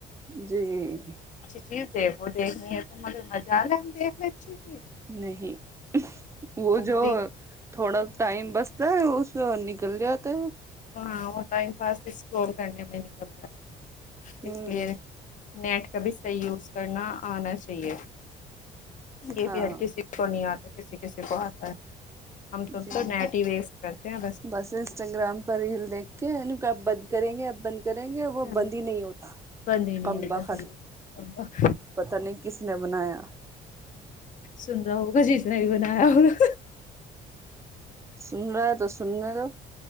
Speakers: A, on the right; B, on the left.
A: جی
B: جیز دیکھو دیکنی ہے تو مگر مزہ آ لے ہم دیکھ لیں اچھی چیز
A: نہیں وہ
B: انگلی
A: جو تھوڑا ٹائم بستا ہے اس س نکل جاتا ہے
B: ہاں وہ ٹائم پاس اسکرول کرنے میں نکل جاتا ہے
A: ہوں
B: اس لئے نیٹ کا بھی صحیح یوز کرنا آنا چاہیے یہ
A: ہاں
B: بھی ہر کسی کو نہیں آتا کسی کسی کو آتا ہے ہم تم
A: جی
B: تو نیٹ ہی ویسٹ کرتے ہیں
A: بس انسٹاگررام پر ریل دیک کے کہ آپ بند کریں گے آپ بند کریں گے وہ
B: ہ
A: بند ہی نہیں ہوتا
B: بند نہیں
A: کم
B: ہوتا
A: بخت
B: پھرب
A: پتا نہیں کس نے بنایا
B: سن رہا ہو کچھ اس نے بھی بنایا ہوگا
A: سن رہا ہے تو سننے تو